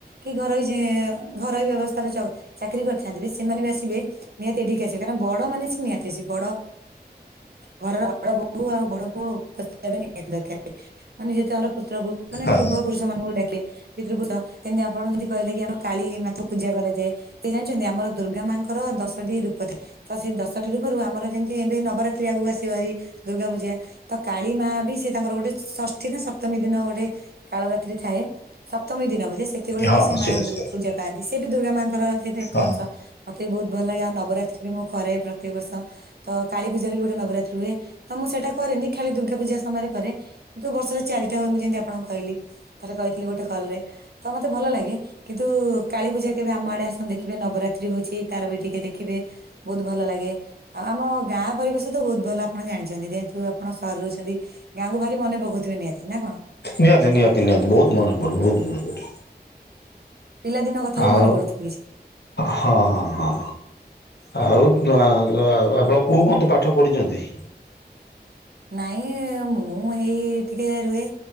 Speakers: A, on the right; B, on the left.
A: କି ଘରର ଯେ ଘରୋଇ ବ୍ୟବସ୍ଥାରେ ଚ ଚାକିରି କରିଥାନ୍ତି ବି ସେମାନେ ବି ଆସିବେ ନିହାତି ଏଠିକି ଆସିବେ କାରଣ ବଡ ମାନେ ନିହାତି ଆସିବେ ବଡ ଘରର ବଡ ବୋହୂ ଆଉ ବଡ ପୁଅ ଉପସ୍ଥିତି ହେବା ନିହାତି ଦରକାର। ମାନେ ଯେହେତୁ ତାର ପୁତ୍ର ମାନେ
B: ହଁ
A: ପୂର୍ବ ପୁରୁଷ ମାନଙ୍କୁ ଡାକେ। ପିତୃପୃଷ କେମିତି ଆପଣ ଯେମିତି କହିଲେ କି ଆମର କାଳୀ ମାକୁ ପୂଜା କରାଯାଏ। ସେ ଜାଣିଛନ୍ତି ଆମର ଦୁର୍ଗା ମାଙ୍କର ଦଶଟି ରୂପରେ ତ ସେଇ ଦଶଟି ରୂପରୁ ଆମର ଯେମିତି ଏବେ ନବରାତ ଆଗକୁ ଆସିବ ହାରି ଦୁର୍ଗା ପୂଜା। ତ କାଳୀ ମା ବି ସେ ତାଙ୍କର ଗୋଟେ ଷଷ୍ଠୀ ନା ସପ୍ତମୀ ଦିନ ଗୋଟେ କାଳରାତ୍ରି ଥାଏ। ସପ୍ତମୀ ଦିନ ବୋଧେ ସେତେବେଳେ
B: ହଁ
A: ବି ସେ ମା
B: ସେୟା
A: ଦୁ
B: ସେୟା
A: ପୂଜା ପାଆନ୍ତି ସେ ବି ଦୁର୍ଗା ମାଙ୍କର ସେ ଏକ
B: ହଁ
A: ଅଂଶ। ମତେ ବି ବହୁତ ଭଲ ଲାଗେ ଆଉ ନବରାତ୍ରି ବି ମୁଁ କରେ ପ୍ରତ୍ୟେକ ବର୍ଷ। ତ କାଳୀ ପୂଜାରେ ବି ଗୋଟେ ନବରାତ୍ରି ହୁଏ। ତ ମୁଁ ସେଟା କରେନି ଖାଲି ଦୁର୍ଗା ପୂଜା ସମୟରେ କରେ। କିନ୍ତୁ ବର୍ଷରେ ଚାରିଟା ହୁଏ। ମୁଁ ଯେମିତି ଆପଣଙ୍କୁ କହିଲି ଥରେ କହିଥିଲି ଗୋଟେ କଲରେ ତ ମତେ ଭଲ ଲାଗେ। କିନ୍ତୁ କାଳୀ ପୂଜା କେବେ ଆମ ଆଡେ ଆସନ୍ତୁ ଦେଖିବେ ନବରାତ୍ରି ହଉଛି ତାର ଟିକେ ଦେଖିବେ। ବହୁତ ଭଲ ଲାଗେ ଆଉ ଆମ ଗାଁ ପରିବେଶ ତ ବହୁତ ଭଲ ଆପଣ ଜାଣିଛନ୍ତି ଯେହେତୁ ଆପଣ ସହର ରହୁଛନ୍ତି। ଗାଁକୁ ଭାରି ମନେ ପକଉଥିବେ ନିହାତି ନା କଣ।
B: ନିହାତି ନିହାତି ନିହାତି ବହୁତ ମନେ ପଡେ ବହୁତ ମନେ ପଡେ।
A: ପିଲାଦିନ କଥା
B: ଆଉ
A: ବି ମନେ ପଡୁଥିବ ବେସି।
B: ହଁ ହଁ ହଁ। ଆଉ ତ ଆ ଆଉ ଆପଣ କୋଉ ପନ୍ତେ ପାଠ ପଢିଛନ୍ତି।
A: ନାଇଁ ମୁଁ ଏଇ ଟିକେ ରୁହେ